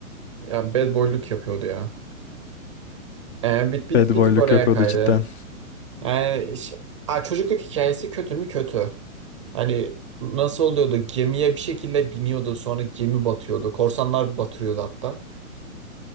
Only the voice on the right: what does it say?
Ya bad boyluk yapıyordu ya. Ee, bir, bir,
bir
tık oraya
kaydı.
Yani ş- Aa, çocukluk hikayesi kötü mü kötü. Hani nasıl oluyordu? Gemiye bir şekilde biniyordu sonra gemi batıyordu. Korsanlar batırıyordu hatta.